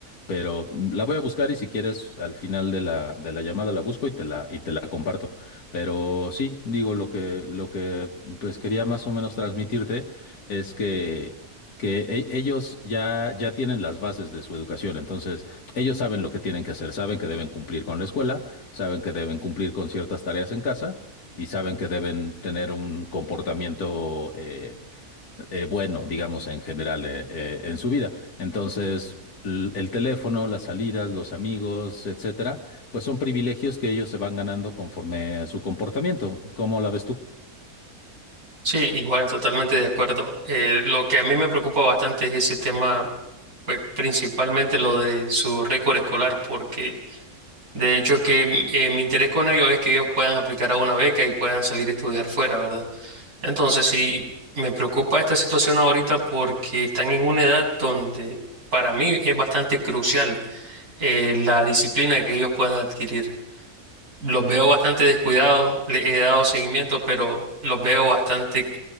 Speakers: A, on the left; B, on the right.
A: pero mm, la voy a buscar y si quieres, al final de la, de la llamada la busco y te la, y te la comparto. Pero sí, digo, lo que, lo que pues quería más o menos transmitirte es que, que e- ellos ya, ya tienen las bases de su educación, entonces ellos saben lo que tienen que hacer, saben que deben cumplir con la escuela, saben que deben cumplir con ciertas tareas en casa y saben que deben tener un comportamiento eh, eh, bueno, digamos, en general eh, eh, en su vida. Entonces, l- el teléfono, las salidas, los amigos, etcétera, pues son privilegios que ellos se van ganando conforme a su comportamiento. ¿Cómo la ves tú?
B: Sí, igual, totalmente de acuerdo. Eh, lo que a mí me preocupa bastante es ese tema, pues principalmente lo de su récord escolar, porque de hecho que mm, eh, mi interés con ellos es que ellos puedan aplicar a una beca y puedan salir a estudiar fuera, ¿verdad? Entonces sí, me preocupa esta situación ahorita porque están en una edad donde para mí es bastante crucial eh, la disciplina que ellos puedan adquirir. los veo bastante descuidados, le he dado seguimiento, pero los veo bastante